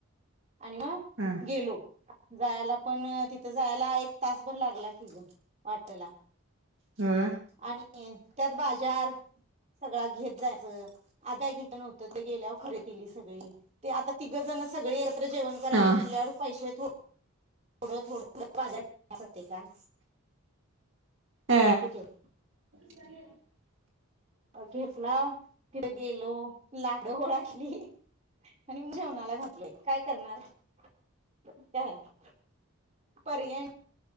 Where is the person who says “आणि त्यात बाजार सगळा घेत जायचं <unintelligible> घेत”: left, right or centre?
Right